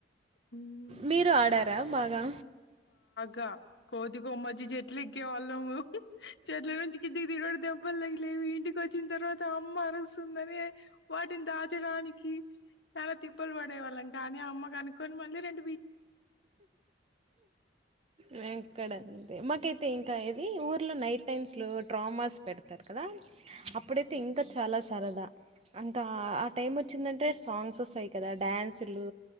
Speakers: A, on the left (about 75°); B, on the right (about 35°).
A: హ్మ్
B: మీరు ఆడారా బాగా
A: గా కోతికొమచ్చీ చెట్లెక్కే వాళ్ళం చెట్ల నుంచి దిగిట దెబ్బల్ తగి లేవి ఇంటికొచ్చిన్ తర్వాత అమ్మ అరుస్తుందనే వాటిని దాచడానికి చాలా తిప్పల్ పడే వాళ్ళం కానీ అమ్మ కనుక్కొని మళ్ళీ రెం
B: వేం కడ మాకైతే ఇంకా ఏది ఊర్లో నైట్ టైమ్స్లో డ్రామాస్ పెడ్తారు కదా అప్పుడైతే ఇంకా చాలా సరదా అంకా ఆ టైం వచ్చిందంటే సాంగ్స్ వస్తాయి కదా డ్యాన్సులు